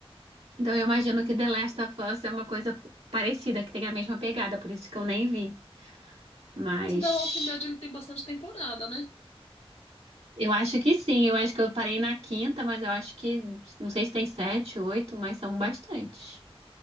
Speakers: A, on the right; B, on the left.
A: Então eu imagino que The Last of Us é uma coisa parecida, que tem a mesma pegada, por isso que eu nem vi. Mas
B: Mas o The Walking Dead, ele tem bastante temporada, né?
A: Eu acho que sim, eu acho que eu parei na quinta, mas eu acho que, não sei se tem sete, oito, mas são bastantes.